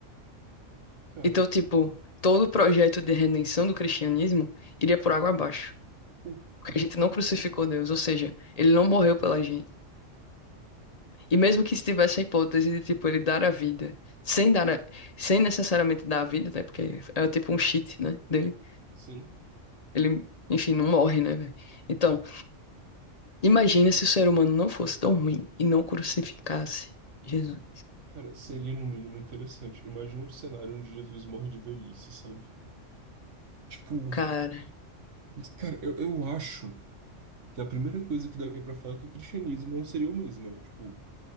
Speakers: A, on the right; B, on the left.
A: Cara,
B: Então, tipo, todo o projeto de redenção do cristianismo iria por água abaixo,
A: o,
B: porque
A: o
B: a gente
A: pi-
B: não crucificou Deus, ou seja, ele não morreu pela gente. E mesmo que estivesse a hipótese de, tipo, ele dar a vida, sem dar a- sem necessariamente dar a vida, né? Porque é é, tipo um cheat, né, dele.
A: sim.
B: Ele, enfim, não morre, né, velho? Então, imagina se o ser humano não fosse tão ruim e não crucificasse Jesus.
A: Cara, seria no mínimo interessante. Imagina um cenário onde Jesus morre de velhice, sabe? Tipo,
B: Cara,
A: cara, eu, eu acho. Que a primeira coisa que deve vir pra falar é que o cristianismo não seria o mesmo, né? Tipo,